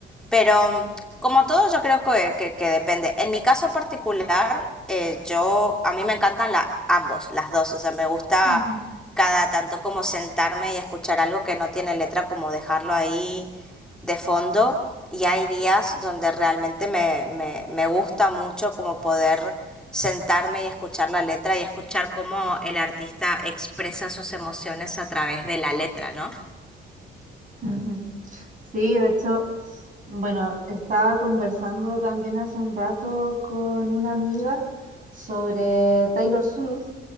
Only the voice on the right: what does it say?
Ujú.
Ujú. Sí, de hecho, bueno, estaba conversando también hace un rato con una amiga sobre Taylor Swift